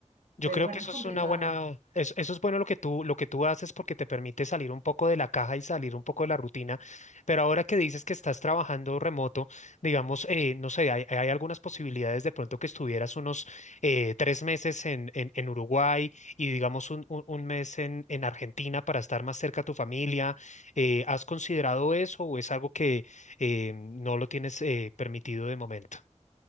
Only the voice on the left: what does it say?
Yo
creo
que eso
es una buena, eso, eso es bueno lo que tú, lo que tú haces porque te permite salir un poco de la caja y salir un poco de la rutina. Pero ahora que dices que estás trabajando remoto, digamos, eh, no sé, hay, hay algunas posibilidades de pronto que estuvieras unos eh, tres meses en, en, en Uruguay y digamos un, un- un mes en, en Argentina para estar más cerca a tu familia. Eh, ¿has considerado eso o es algo que eh, no lo tienes eh, permitido de momento?